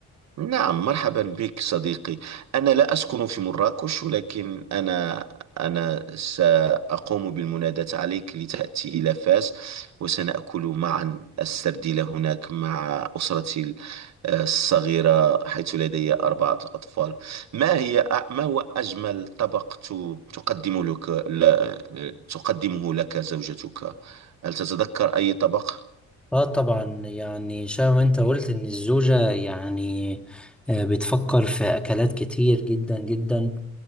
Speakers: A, on the right; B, in the centre.
A: نعم مرحبا بك صديقي أنا لا أسكن في مراكش ولكن أنا أنا سأقوم بالمناداة عليك لتأتي إلى فاس وسنأكل معا السرديلة هناك مع أسرتي ال- آه، الصغيرة حيث لدي أربعة أطفال ما هي أ- ما هو أجمل طبق ت- تقدم لك ل- تقدمه لك زوجتك هل تتذكر أي طبق
B: اه طبعا يعني شبه ما انت قلت ان الزوجة يعني آه، بتفكر في اكلات كتير جدا جدا